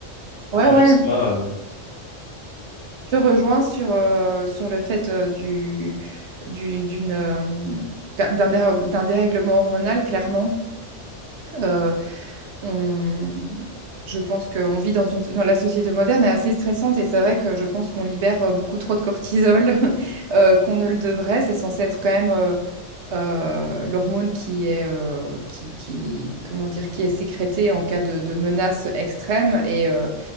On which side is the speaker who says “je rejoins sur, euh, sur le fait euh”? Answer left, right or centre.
Right